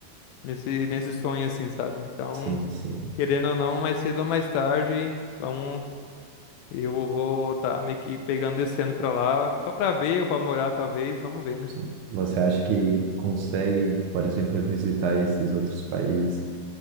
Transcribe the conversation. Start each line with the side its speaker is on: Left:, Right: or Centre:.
Left: nesse, nesse sonho, assim, sabe? Então,
Right: Sim, sim,
Left: querendo ou não, mais cedo ou mais tarde, vamos. Eu vou estar meio que pegando, descendo pra lá, só pra ver ou pra morar, talvez, vamos ver, né?
Right: sim. Você acha que consegue, por exemplo, visitar esses outros países